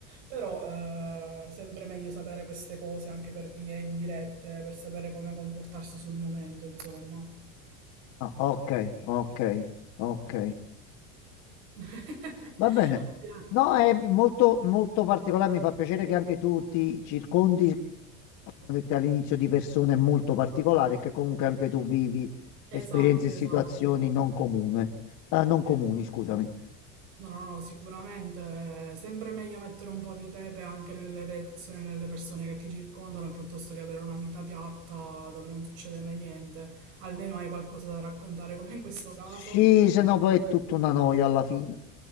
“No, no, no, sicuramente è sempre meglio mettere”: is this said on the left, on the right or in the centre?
Right